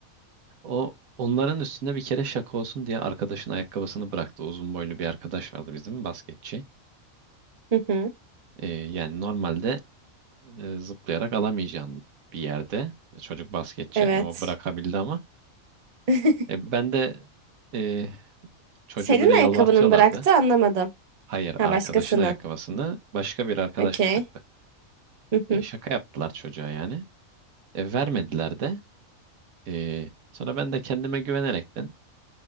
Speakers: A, on the right; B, on the right.
A: o onların üstünde bir kere şaka olsun diye arkadaşın ayakkabısını bıraktı. Uzun boylu bir arkadaş vardı bizim basketçi.
B: Hı hı,
A: E, yani normalde e, zıplayarak alamayacağın bir yerde. Çocuk basketçi
B: evet.
A: yani o bırakabildi ama.
B: <laughs>
A: E, ben de e, çocuğu
B: Senin
A: böyle yalvartıyorlardı.
B: ayakkabının bıraktı anlamadım.
A: Hayır,
B: Ha
A: arkadaşın
B: başkasının.
A: ayakkabısını başka bir arkadaş
B: Okey.
A: bıraktı.
B: Hı
A: E,
B: hı.
A: şaka yaptılar çocuğa yani. E, vermediler de. E, sonra ben de kendime güvenerekten